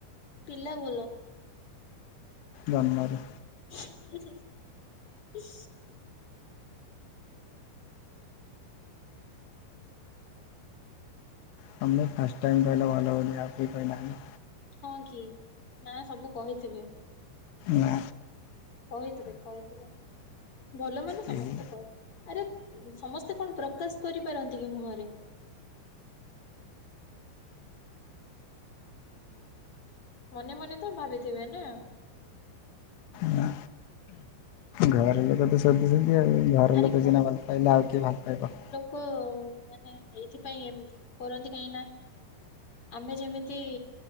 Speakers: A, on the left (about 30°); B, on the left (about 85°).
A: ପିଲା ଭଲ।
B: ଜନ୍ମ ରୁ।
A: ଉହୁଁ ଉଁ
B: ତମେ ଫାଷ୍ଟ ଟାଇମ କହିଲ ଭଲ ଅଲି ଆଉ କେହିଁ କହିନାହାନ୍ତି।
A: ହଁ କି ନା ସବୁ କହିଥିବେ?
B: ନା
A: କହିଥିବେ କହିଥିବେ ଭଲ ମାନେ
B: କେହି
A: ସମସ୍ତେ କ ଆରେ ସମସ୍ତେ କଣ ପ୍ରକାଶ କରିପାରନ୍ତି କି ମୁହଁରେ? ମନେ ମନେ ତ ଭାବିଥିବେ ନା?
B: ନା। ଘରେ ଲୋକ ତ ଶୋଧୁି ଛନ୍ତି ଆଉ ଘର
A: ଆରେ
B: ଲୋକ ସିନା ଭଲ ପାଇଲେ ଆଉ କିଏ ଭଲ ପାଇବ।
A: କୋ ମାନେ ଏଇଥିପାଇଁ ଏମ କରନ୍ତି କାହିଁ ନା ଆମେ ଯେମିତି